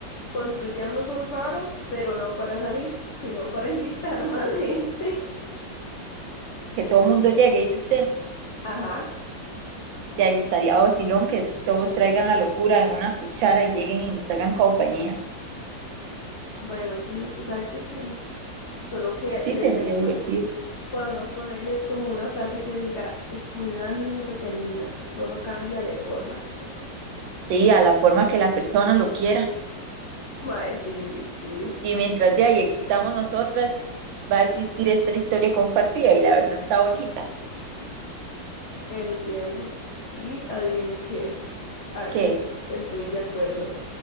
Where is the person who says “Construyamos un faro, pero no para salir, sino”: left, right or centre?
Left